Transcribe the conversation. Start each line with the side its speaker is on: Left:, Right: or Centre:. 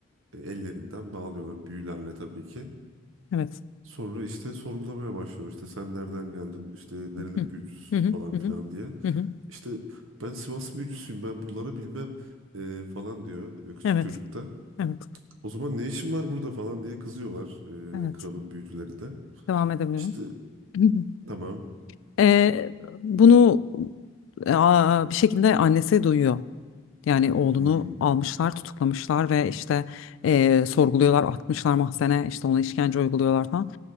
Right: e, ellerinden bağlıyorlar büyülerle tabii ki.
Left: Evet.
Right: Sonra işte sorgulamaya başlıyor. İşte sen nereden geldin? İşte nerenin
Left: Hı hı,
Right: büyücüsün
Left: hı hı,
Right: falan
Left: hı
Right: filan
Left: hı,
Right: diye.
Left: hı hı.
Right: İşte ben Sivas büyücüsüyüm ben buraları bilmem e, falan diyor e, küçük
Left: Evet.
Right: çocukta.
Left: Evet.
Right: O zaman ne işin var burada falan diye kızıyorlar
Left: Evet.
Right: e, kralın büyücüleri de.
Left: Devam edebilirim.
Right: İşte
Left: <laughs>
Right: tamam.
Left: Ee, bunu aa, bir şekilde annesi duyuyor. Yani oğlunu
Right: Hmm.
Left: almışlar, tutuklamışlar ve işte eee, sorguluyorlar, atmışlar mahzene, işte ona işkence uyguluyorlar falan.